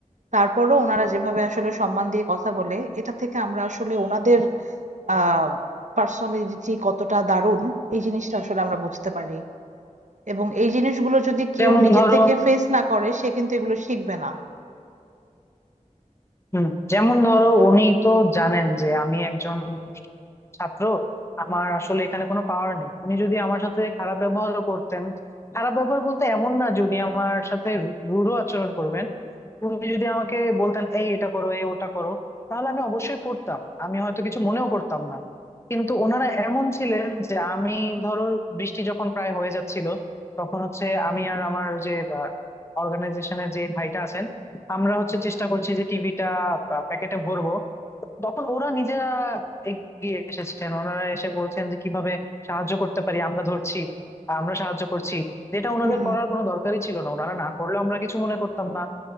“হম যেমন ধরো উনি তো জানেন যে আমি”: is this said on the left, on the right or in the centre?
Left